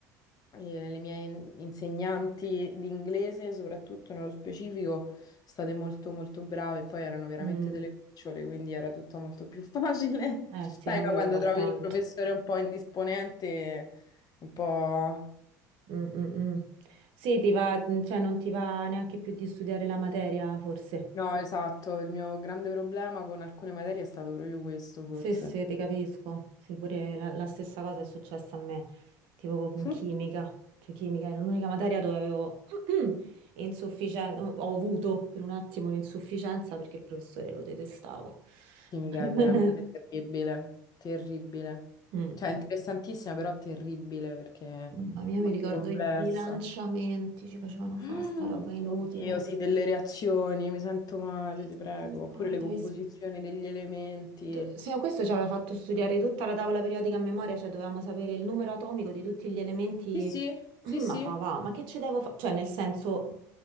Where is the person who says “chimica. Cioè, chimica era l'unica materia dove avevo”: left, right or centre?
Right